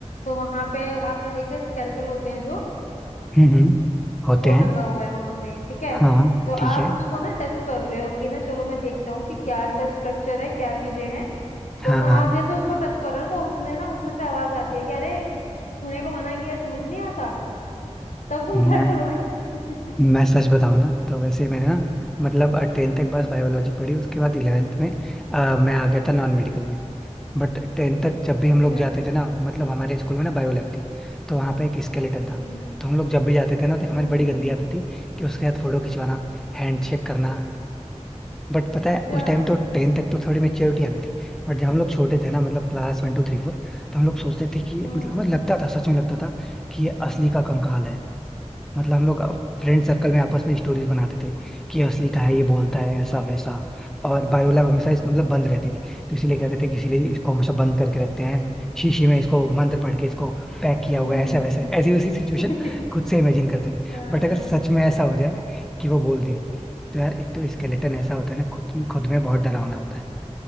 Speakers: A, on the left; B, in the centre.
A: तो वहां पे आपने देखा स्केलेटल होते हैं जो
B: हम्म हम्म होते
A: वो
B: हैं
A: टंगा हुआ है वहां पे ठीक है
B: हाँ
A: तो
B: ठीक
A: आप
B: है
A: उसको ना टच कर रहे हो कि ना चलो मैं देखता हूँ कि क्या ऐसा स्ट्रक्चर है क्या चीजें हैं
B: हाँ
A: तो ना
B: हाँ
A: आप जैसे उसको टच कर रहे हो ना, तो उसने ना उसमें से आवाज आती है कि अरे छूने को मना किया है, समझ नहीं आता तब तुम
B: मैं
A: क्या करोगे <laughs>
B: मैं सच बताऊँ ना तो वैसे मैंने ना मतलब टेंथ तक बस बायोलॉजी पढ़ी उसके बाद इलेवेंथ में अ, मैं आ गया था नॉन मेडिकल में बट टेंथ तक जब भी
A: अच्छा
B: हम लोग जाते थे ना मतलब हमारे स्कूल में ना बायो लैब थी तो वहाँ पे एक स्केलेटन था
A: हम्म
B: तो हम लोग जब भी जाते थे ना तो हमारी
A: हम्म
B: बड़ी गंदी आदत थी कि उसके साथ फोटो खिंचवाना हैंड शेक करना बट पता है
A: अच्छा
B: उस टाइम तो टेंथ तक तो थोड़ी मेच्योरिटी आ गई थी बट जब हम लोग छोटे थे ना मतलब class one two three four तो हम लोग सोचते थे कि
A: हम्म
B: मतलब हमें लगता था सच में लगता था कि ये असली का कंकाल है मतलब हम लोग फ्रेंड सर्कल में आपस में स्टोरीज बनाते थे कि ये असली का है ये बोलता है ऐसा वैसा और बायो लैब हमेशा इस, मतलब बंद रहती थी तो इसीलिए कहते थे कि इसीलिए इसको हमेशा बंद करके रखते हैं शीशी में इसको मंत्र पढ़ के इसको पैक किया
A: हम्म
B: हुआ है ऐसा वैसा ऐसी वैसी सिचुएशन
A: <laughs>
B: खुद से इमेजिन करते थे
A: हाँ
B: बट अगर सच में ऐसा हो जाए कि वो बोल दे तो यार एक तो स्केलेटन ऐसा होता है ना खुद खुद में बहुत डरावना होता है